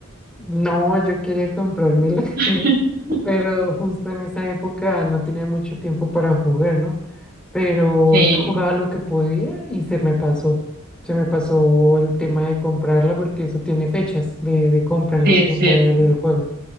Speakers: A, in the centre; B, on the right.
A: No, yo quería comprármela,
B: <laughs>
A: <laughs> pero justo en esa época no tenía mucho tiempo para jugar, ¿no? Pero
B: Sí,
A: yo jugaba lo que podía y se me pasó. Se me pasó el tema de comprarla porque eso tiene fechas de, de compra en
B: sí
A: la
B: es
A: tienda
B: cierto.
A: de- del juego.